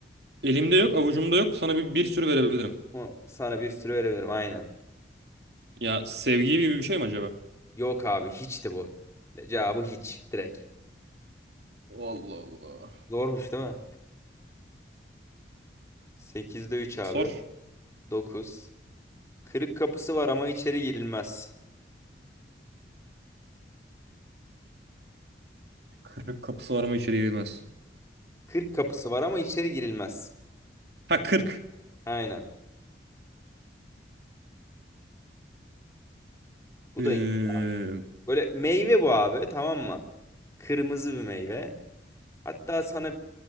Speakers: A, on the right (about 65°); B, on the left (about 15°).
A: Elimde yok, avucumda yok. Sana bir, bir sürü verebilirim.
B: Ama sana bir sürü verebilirim aynen.
A: Ya sevgi gibi bir şey mi acaba?
B: Yok abi hiçti bu. Cevabı hiç direkt.
A: Allah Allah.
B: Zormuş değil mi? 8'de 3 abi.
A: Sor.
B: 9, Kırık kapısı var ama içeri girilmez.
A: Kırık kapısı var ama içeri girmez.
B: Kırk kapısı var ama içeri girilmez.
A: Ha 40.
B: Aynen. Bu
A: Ee,
B: da iyi. Böyle meyve bu abi tamam mı? Kırmızı bir meyve. Hatta sana